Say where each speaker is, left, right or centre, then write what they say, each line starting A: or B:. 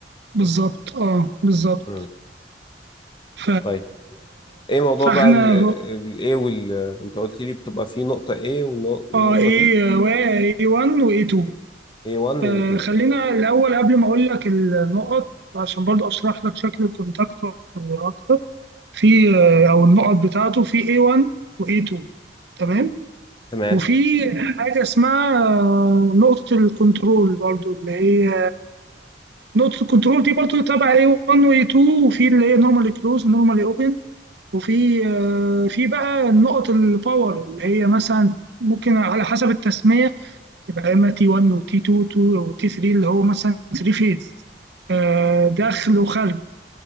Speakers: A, on the right; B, on the left.
A: بالظبط اه بالظبط
B: مم.
A: ف
B: طيب ايه موضوع
A: فاحنا
B: بقى ال ال A وال انت قلت لي بتبقى فيه نقطة A ون- ونقطة
A: اه ايه
B: B
A: واي 1 واي 2
B: A1
A: آه
B: و A2
A: خلينا الاول قبل ما اقول لك النقط عشان برضو اشرح لك شكل الكونتاكتور اكتر في آه، او النقط بتاعته في A1 و A2 تمام
B: تمام
A: وفي حاجة اسمها آه، نقطة الكنترول برضو اللي هي نقطة الكنترول دي برضو تبع A1 و A2 وفي اللي هي نورمالي كلوز ونورمالي اوبن وفي آه، في بقى نقط الباور اللي هي مثلا ممكن على حسب التسمية يبقى اما T1 و T2 و T3 اللي هو مثلا 3 فيز آه، داخل وخارج